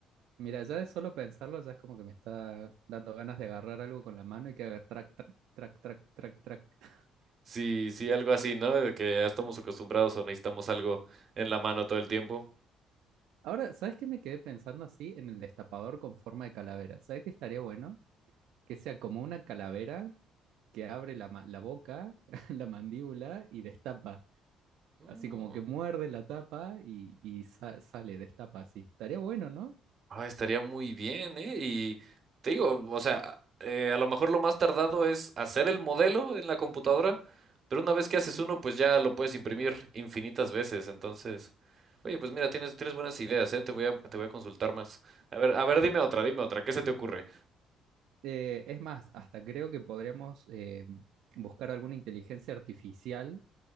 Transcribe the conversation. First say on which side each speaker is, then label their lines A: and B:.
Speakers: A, on the right; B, on the right.
A: mira, ya de solo pensarlo ya es como que me está dando ganas de agarrar algo con la mano y que haga track, track, track, track, track, track. <laughs>
B: Sí, sí, algo así, ¿no? De que ya estamos acostumbrados o necesitamos algo en la mano todo el tiempo.
A: Ahora, ¿sabes qué me quedé pensando así en el destapador con forma de calavera? ¿Sabes qué estaría bueno? Que sea como una calavera que abre la, ma- la boca, <laughs> la mandíbula y destapa.
B: Ujú.
A: Así como que muerde la tapa y, y sa- sale, destapa así. Estaría bueno, ¿no?
B: Ah, estaría muy bien, ¿eh? Y te digo, o sea, eh, a lo mejor lo más tardado es hacer el modelo en la computadora, pero una vez que haces uno, pues ya lo puedes imprimir infinitas veces. Entonces, oye, pues mira, tienes, tienes buenas ideas, ¿eh? Te voy a, te voy a consultar más. A ver, a ver, dime otra, dime otra, ¿qué se te ocurre?
A: Eh, es más, hasta creo que podríamos eh, buscar alguna inteligencia artificial